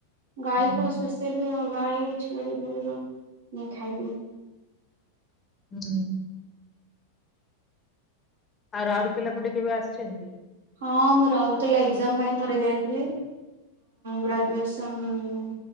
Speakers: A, on the right; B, on the left.
A: ଗାଈ
B: ହୁଁ
A: ତ ଶୋଷେଇିଲ ଆ ଗାଈ ଛେଳି ନେଇ ଖାଇଦିଏ।
B: ହୁଁ ଆଉ ଆଉର କିଲା ପଟେ କେବେ ଆସିଛନ୍ତି।
A: ହଁ ମୁଁ ରାଉରକେଲା ଏକ୍ଜାମ ପାଇଁ ଥରେ ଯାଇଥିଲି। ଗ୍ରାଜୁଏସନ୍